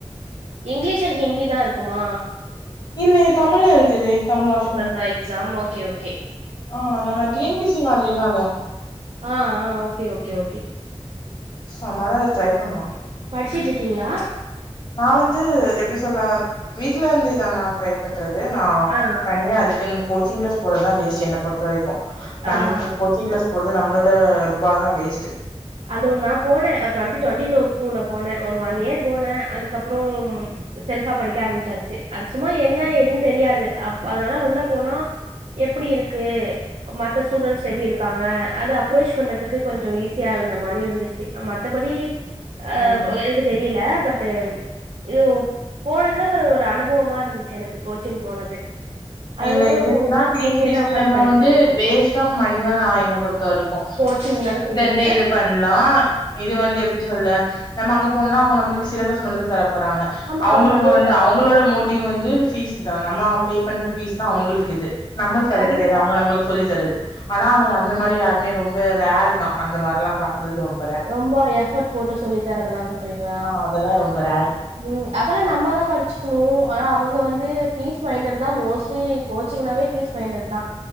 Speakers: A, on the right; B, on the left.
A: இங்கிலீஷ் அண்ட் ஹிந்தி தா இருக்குமா
B: இல்லயே தமிழு இருக்குதே தமிழ் ஆப்ஷன்
A: தா எக்ஸாம் ஓகே ஓகே ஓகே
B: ஆ நம்ம T N P S C மாதிரிதா அதுவும்
A: ஆ ஆ ஓகே ஓகே ஓகே
B: சோ அதனால அது ட்ரை பண்ணலாம்
A: படிச்சுட்டு இருக்கீங்களா
B: நா வந்து எப்டி சொல்ல வீட்ல இருந்துதா நா ட்ரை பண்றது நா
A: ஆ
B: தனியா அதுக்குன்னு கோச்சிங் கிளாஸ் போறதா வேஸ்ட் என்ன பொருத்த வரைக்கும் நம்ம
A: ஆ
B: கோச்சிங் கிளாஸ் போறது நம்மளோட ரூபா தான் வேஸ்ட்
A: அது நா போனே ட்வெண்ட்டி டுவெண்ட்டி டூல போனே ஒரு ஒன் இயர் போனேன் அதுக்கப்புற செல்ஃபா படிக்க ஆரம்பிச்சாச்சு அது சும்மா என்ன ஏதுன்னு தெரியாது அதனால உள்ள போனோ எப்டி இருக்கு மத்த ஸ்டூடண்ட்ஸ் எப்டி இருக்காங்க அத அப்ரோச் பண்றதுக்கு கொஞ்ச ஈசி யா இருந்த மாரி இருந்துச்சு மத்தபடி அ
B: ம்.
A: எனக்கு தெரியல பட்டு இது போனதுல ஒரு ஒரு அனுபவமா இருந்துச்சு எனக்கு கோச்சிங் போனது அதுக்கப்புறோ
B: இல்ல இதுன்னா டி
A: வீட்லயே
B: என் பி எஸ்
A: தா
B: சி
A: உக்காந்து
B: நம்ம
A: படிக்கிறது
B: வந்து வேஸ்ட் ஆப் மணிதா நா என்ன பொறுத்த வரைக்கு
A: கோச்சிங்தானே சொல்றீங்
B: டே இது பண்லா இது வந்து எப்டி சொல்ல நம்ம அங் போனா அவுங்க நம்ளுக்கு சிலபஸ் மட்டுதா தர போறாங்க
A: ஆமா
B: அவுங்களுக்கு
A: ஆமா அதேதா
B: வந்து அவங்களோட மோட் டிவ் வந்து ஃபீஸ் தா நம்ம பே பண்ற ஃபீஸ் தா அவுங்களுக்கு இது நம்மளுக்கு அது
A: கண்டிப்பா
B: கெடையாது அவங்க நம்மளுக் சொல்லி தரது ஆனா அந்த மாரி யாருமே ரொம்ப ரேர்தா அந்த மாரில்லா பாக்குறது ரொம்
A: ரொம்ப எஃபர்ட் போட்டு சொல்லி தரலலான்றீங்களா
B: ஆ அதெல்லா ரொம்ப ரேர்
A: ம் அதெல்லா நம்ம தா படிச்சுக்கணு ஆனா அவுங்க வந்து ஃபீஸ் மைண்டட் தா மோஸ்ட்லி கோச்சிங்னாவே ஃபீஸ் மைண்டட் தா